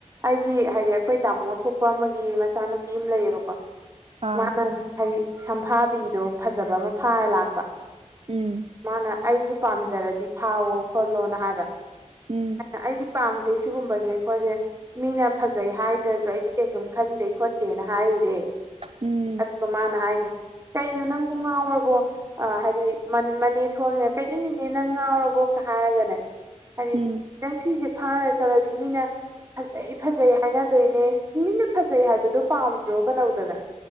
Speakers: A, on the right; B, on the right.
A: ꯑꯩꯒꯤ ꯍꯥꯏꯗꯤ ꯑꯩꯈꯣꯏ ꯇꯥꯃꯣ ꯊꯣꯛꯄ ꯑꯃꯒꯤ ꯃꯆꯥꯅꯨꯄꯤ ꯑꯃ ꯂꯩꯌꯦꯕꯀꯣ
B: ꯑꯥ
A: ꯃꯥꯅ ꯍꯥꯏꯗꯤ ꯁꯝꯐꯥꯕꯤꯗꯣ ꯐꯖꯕ ꯑꯃ ꯐꯥꯔ ꯂꯥꯛꯄ
B: ꯎꯝ
A: ꯃꯥꯅ ꯑꯩꯁꯨ ꯄꯥꯝꯖꯔꯗꯤ ꯐꯥꯎꯋꯣ ꯈꯣꯠꯂꯣꯅ ꯍꯥꯏꯕ
B: ꯎꯝ
A: ꯑꯩꯅ ꯑꯩꯗꯤ ꯄꯥꯝꯗꯦ ꯁꯤꯒꯨꯝꯕꯁꯦ ꯑꯩꯈꯣꯏꯁꯦ ꯃꯤꯅ ꯐꯖꯩ ꯍꯥꯏꯗ꯭ꯔꯁꯨ ꯑꯩꯗꯤ ꯀꯩꯁꯨꯝ ꯈꯟꯗꯦ ꯈꯣꯠꯇꯦꯅ ꯍꯥꯏꯔꯨꯔꯦ
B: ꯎꯝ
A: ꯑꯗꯨꯒ ꯃꯥꯅ ꯍꯥꯏꯅꯦ ꯀꯩꯅꯣ ꯅꯪꯕꯨ ꯉꯥꯎꯔꯕꯣ ꯑ ꯍꯥꯏꯗꯤ ꯃꯅꯦ ꯊꯣꯛꯅꯤꯅ ꯀꯩꯅꯣ ꯅꯤꯅꯦ ꯅꯪ ꯉꯥꯎꯔꯕꯣꯒ ꯍꯥꯏꯔꯒꯅꯦ ꯍꯥꯏꯗꯤ
B: ꯎꯝ
A: ꯅꯪ ꯁꯤꯁꯦ ꯐꯥꯔ ꯆꯠꯂꯗꯤ ꯃꯤꯅ ꯐꯖꯩ ꯐꯖꯩ ꯍꯥꯏꯅꯗꯣꯏꯅꯦ ꯃꯤꯅ ꯐꯖꯩ ꯍꯥꯏꯕꯗꯨ ꯄꯥꯝꯗ꯭ꯔꯣꯒ ꯇꯧꯗꯅ